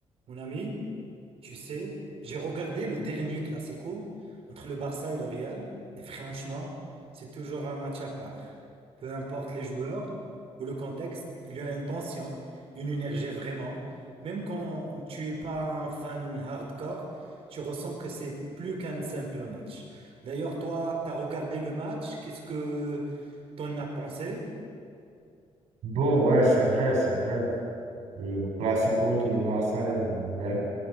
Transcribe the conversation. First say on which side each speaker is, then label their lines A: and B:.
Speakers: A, on the right (about 60°); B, on the right (about 90°).
A: Mon ami, tu sais, j'ai regardé le dernier Classico entre le Barça et le Real, et franchement, c'est toujours un match à part. Peu importe les joueurs ou le contexte, il y a une tension, une énergie vraiment. Même quand tu es pas un fan hardcore, tu ressens que c'est plus qu'un simple match. D'ailleurs, toi, tu as regardé le match, qu'est-ce que t'en as pensé?
B: Bon, ouais, c'est vrai, c'est vrai. Le classico contre le Barça et le Real,